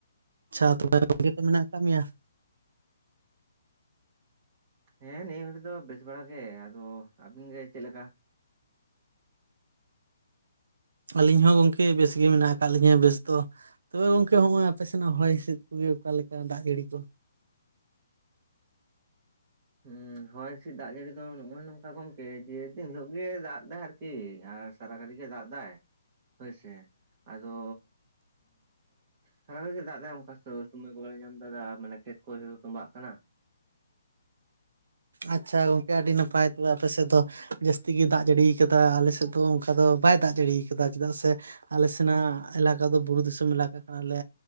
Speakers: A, on the right; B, on the right.
A: <inaudible> ᱵᱷᱟᱜᱮ ᱜᱮ ᱢᱮᱱᱟᱜ ᱟᱠᱟᱜ ᱢᱮᱭᱟ?
B: ᱦᱮᱸ ᱱᱤᱭᱟᱹ ᱜᱷᱟᱹᱲᱤᱡ ᱫᱚ ᱵᱮᱥ ᱵᱟᱲᱟ ᱜᱮ, ᱟᱫᱚ ᱟᱵᱤᱱ ᱜᱮ ᱪᱮᱫ ᱞᱮᱠᱟ?
A: ᱟᱹᱞᱤᱧ ᱦᱚᱸ ᱜᱚᱝᱠᱮ ᱵᱮᱥ ᱜᱮ ᱢᱮᱱᱟᱜ ᱟᱠᱟᱫ ᱞᱤᱧᱟ ᱵᱮᱥ ᱫᱚ ᱾ ᱛᱚᱵᱮ ᱜᱚᱝᱠᱮ ᱦᱚᱸᱜᱼᱚᱭ ᱟᱯᱮ ᱥᱮᱱᱟᱜ ᱦᱚᱭ ᱦᱤᱸᱥᱤᱫ ᱠᱚᱜᱮ ᱚᱠᱟ ᱞᱮᱠᱟ ᱫᱟᱜ ᱡᱟᱹᱲᱤ ᱠᱚ?
B: ᱦᱩᱸ ᱦᱚᱭ ᱦᱤᱹᱥᱤᱫ ᱫᱟᱜ ᱡᱟᱹᱲᱤ ᱫᱚ ᱱᱚᱭ-ᱚᱜ ᱱᱚᱝᱠᱟ ᱜᱚᱢᱠᱮ ᱡᱮ ᱫᱤᱱ ᱦᱤᱞᱳᱜ ᱜᱮ ᱫᱟᱜ ᱮᱫᱟ ᱟᱨᱠᱤ ᱟᱨ, ᱥᱟᱨᱟ ᱜᱷᱟᱹᱲᱤ ᱜᱮ ᱫᱟᱜ ᱫᱟᱭ ᱦᱳᱭᱥᱮ ᱟᱫᱚ ᱥᱟᱨᱟ ᱜᱷᱟᱹᱲᱤᱠ ᱮ ᱫᱟᱜ ᱫᱟᱭ ᱚᱱᱠᱟ ᱥᱚᱢᱚᱭ ᱠᱚ ᱵᱟᱞᱮ ᱧᱟᱢ ᱫᱟ ᱢᱟᱱᱮ ᱠᱷᱮᱛ ᱠᱚ ᱛᱚᱸᱵᱟᱜ ᱠᱟᱱᱟ ᱾
A: ᱟᱪᱪᱷᱟ ᱜᱚᱝᱠᱮ ᱟᱹᱰᱤ ᱱᱟᱯᱟᱭ ᱛᱚᱵᱮ ᱟᱯᱮ ᱥᱮᱫ ᱫᱚ, ᱡᱟᱹᱥᱛᱤ ᱜᱮ ᱫᱟᱜ ᱡᱟᱹᱲᱤ ᱟᱠᱟᱫᱟ ᱟᱞᱮᱥᱮᱫ ᱫᱚ ᱚᱱᱠᱟ ᱫᱚ ᱵᱟᱭ ᱫᱟᱜ ᱡᱟᱹᱲᱤᱭᱟ ᱠᱟᱫᱟ ᱪᱮᱫᱟᱜ ᱥᱮ, ᱟᱞᱮ ᱥᱮᱱᱟᱜ ᱮᱞᱟᱠᱟ ᱫᱚ ᱵᱩᱨᱩ ᱫᱤᱥᱚᱢ ᱮᱞᱟᱠᱟ ᱠᱟᱱᱟᱞᱮ,